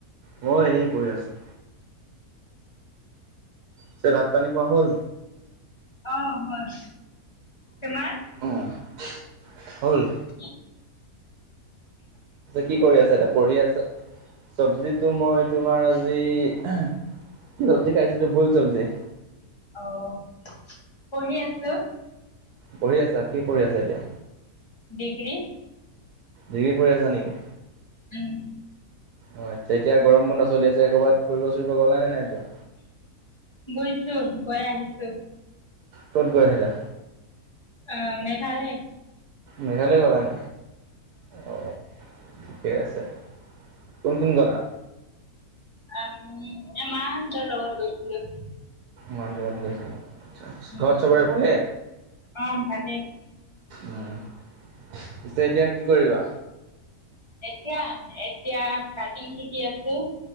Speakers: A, on the right; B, on the left.
A: মই এনেই বহি আছোঁ। পিছে ভাত পানী খোৱা হ'ল?
B: অ' হল, তোমাৰ?
A: অ' হল।
B: উম।
A: কি কৰি আছা এতিয়া পঢ়ি আছা? চব্জিতটো মই তোমাৰ আজি চব্জি খাইছিলো ভোল চব্জি।
B: অ' পঢ়ি আছো।
A: পঢ়ি আছা কি পঢ়ি আছা এতিয়া?
B: ডিগ্ৰী।
A: ডিগ্ৰী পঢ়ি আছা নেকি?
B: উম।
A: হয় এতিয়া গৰম বন্ধ চলি আছে ক'ৰবাত ফুৰি চুৰিব গ'ল নে নাই যোৱা??
B: গৈছো গৈ আহিছো।
A: ক'ত গৈ আহিলা?
B: অ' মেঘালয়।
A: মেঘালয় গ'লা ন অ'। ঠিকে আছে, কোন কোন গলা?
B: আ মাহঁতৰ লগত গৈছো।
A: মাহঁতৰ লগত গৈছিলা, ঘৰত
B: উম
A: চবৰে ভালে?
B: অ ভালে
A: উম পিছে এতিয়া কি কৰিবা?
B: এতিয়া এতিয়া কাটিং শিকি আছো।